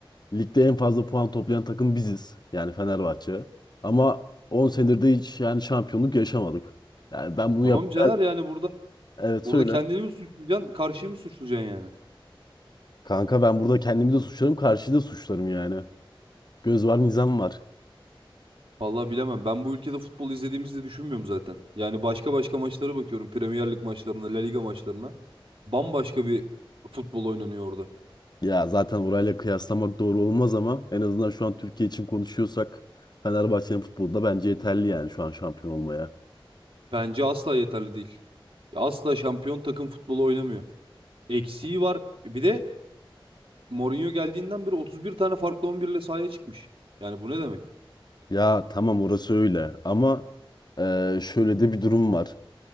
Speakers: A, on the left; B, on the right.
A: ligde en fazla puan toplayan takım biziz. Yani Fenerbahçe. Ama 10 senedir de hiç yani şampiyonluk yaşamadık. Yani ben
B: E tamam
A: bunu yap...
B: Caner
A: Evet
B: yani burada
A: evet,
B: burada
A: söyle.
B: kendini mi suçlayacaksın, karşıyı mı suçlayacaksın yani?
A: Kanka ben burada kendimi de suçlarım, karşıyı da suçlarım yani. Göz var, nizam var.
B: Vallahi bilemem. Ben bu ülkede futbol izlediğimizi de düşünmüyorum zaten. Yani başka başka maçlara bakıyorum. Premier Lig maçlarına, La Liga maçlarına. Bambaşka bir futbol oynanıyor orada.
A: Ya zaten orayla kıyaslamak doğru olmaz ama en azından şu an Türkiye için konuşuyorsak Fenerbahçe'nin futbolda bence yeterli yani şu an şampiyon olmaya.
B: Bence asla yeterli değil. Ya Asla şampiyon takım futbolu oynamıyor. Eksiği var. Bir de Mourinho geldiğinden beri 31 tane farklı 11 ile sahaya çıkmış. Yani bu ne demek?
A: Ya tamam orası öyle ama eee, şöyle de bir durum var.